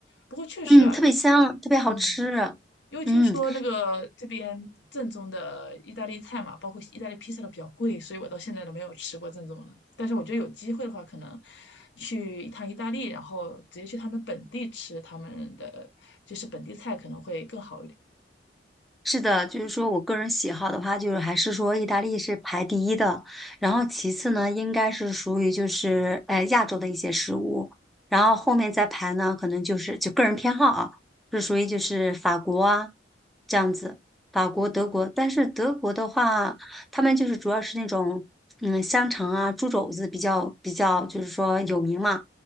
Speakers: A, on the left; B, in the centre.
A: 不过确实啊，
B: 嗯，特别香，特别好吃。
A: 嗯。因为听说那个这边正宗的意大利菜嘛，
B: 嗯，
A: 包括意大利披萨都比较贵，所以我到现在都没有吃过正宗的。但是我觉得有机会的话，可能去一趟意大利，然后直接去他们本地吃他们的就是本地菜，可能会更好一点。
B: 是的，就是说我个人喜好的话，就是还是说意大利是排第一的，然后其次呢，应该是属于就是呃亚洲的一些食物，然后后面再排呢，可能就是就个人偏好啊，是属于就是法国啊这样子，法国、德国，但是德国的话，他们就是主要是那种嗯香肠啊、猪肘子比较比较就是说有名嘛，